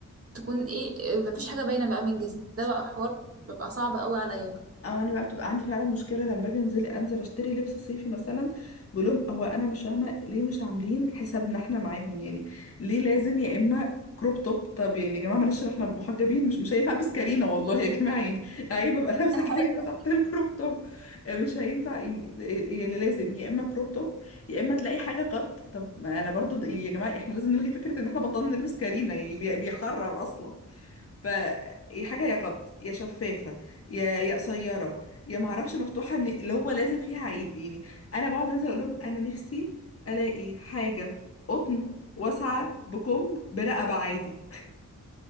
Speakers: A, on the right; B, on the left.
A: تكون ايه آه، مفيش حاجه باينه بقى من جسم ده بقى حوار بيبقى صعب قوي عليا
B: او انا بقى بتبقى عندي فعلا مشكله لما باجي انزل انزل اشتري لبس صيفي مثلا بقول لهم هو انا مش فاهمه ليه مش عاملين حسابنا احنا معاهم يعني ليه لازم يا اما كروب توب طب يعني يا جماعه معلش احنا محجبين مش مش هينفع البس كارينا والله يا جماعه يعني عيب ابقى لابسه
A: <laughs>
B: كارينا
A: ايوه
B: تحت الكروب توب آه، مش هينفع يعني آه، يعني لازم يا اما كروب توب يا اما تلاقي حاجه قط طب ما انا برضو د- يعني يا جماعه احنا لازم نلغي فكره ان احنا بطلنا نلبس كارينا يعني بي- بيحرر اصلا فيا حاجة يا قط يا شفافة يا يا قصيرة يا معرفش مفتوحة من... اللي هو لازم فيها عيب يعني أنا بقعد أنزل أقول لهم أنا نفسي ألاقي حاجة قطن واسعة بكم برقبة عادي